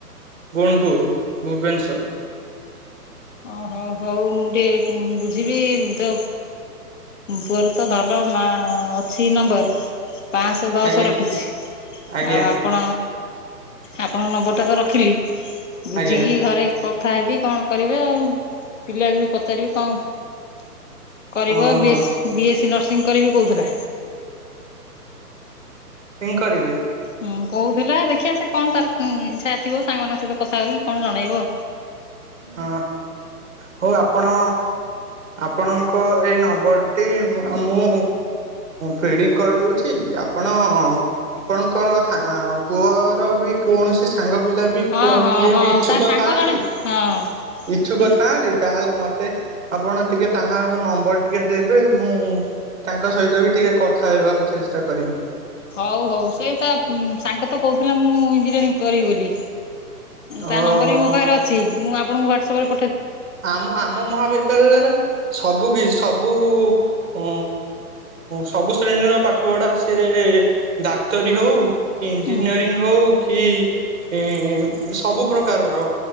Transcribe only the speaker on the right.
ଗୋଣପୁର ଭୁବନେଶ୍ୱର
ଆଜ୍ଞା
ଆଜ୍ଞା
ଆଜ୍ଞା।
ଓହୋ
କରିବି।
ହ ହଉ ଆପଣ ଆପଣ ଏଇ ନମ୍ବରଟି ମୁଁ ଫିଡିଙ୍ଗ କରିଦଉଛି ଆପଣ ଆପଣଙ୍କର ପୁଅର ବି କୌଣସି ସାଙ୍ଗ ପିଲା ବି
କିଏ
ବି ଇଚ୍ଛୁକ
ଥାନ୍ତି।
ଇଛୁ
କଥାନ୍ତିି ତାହେଲେ ମତେ ଆପଣ ଟିକେ ତାହା ନମ୍ବର ଟିକେ ଦେବେ ମୁଁ ତାଙ୍କ ସହିତ ବି ଟିକେ କଥା ହେବାକୁ ଚେଷ୍ଟା କରିବି।
ଅ
ଆମ ଆମ ମହାବିଦ୍ୟାଳୟରେ ସବୁ କି ସବୁ ଉ ସବୁ ଶ୍ରେଣୀର ପାଠ ପଢା ସି ଡାକ୍ତରୀ ହଉ କି ଇଞ୍ଜିନିୟରିଂ
ହଉ କି ଏ ସବୁ ପ୍ରକାରର